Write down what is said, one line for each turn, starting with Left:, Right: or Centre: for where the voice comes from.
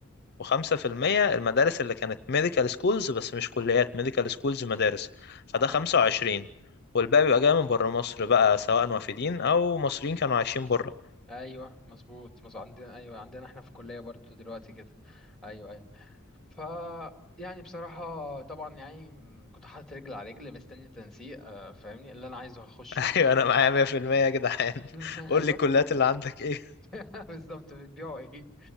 Left: وخمسة
Centre: مم.
Left: في المية المدارس اللي كانت ميديكال سكولز بس مش كليات ميديكال سكولز مدارس فده
Centre: أها
Left: خمسة وعشرين والباقي بيبقى جاي من بره مصر بقى سواء وافدين أو مصريين كانوا عايشين بره
Centre: أيوه مظبوط مظبوط عندنا أيوه عندنا احنا في الكلية برضو دلوقتي كده أيوه أيوه ف يعني بصراحة طبعا يعني م- كنت حاطط رجل على رجل مستني التنسيق آه، فاهمني اللي انا عايزه هخشه
Left: <laughs> أيوة أنا معايا مية في المية يا جدعان
Centre: <laughs>
Left: <laughs> قول
Centre: ايوه
Left: لي الكليات اللي عندك إيه
Centre: <laughs> بالظبط بتبيعوا ايه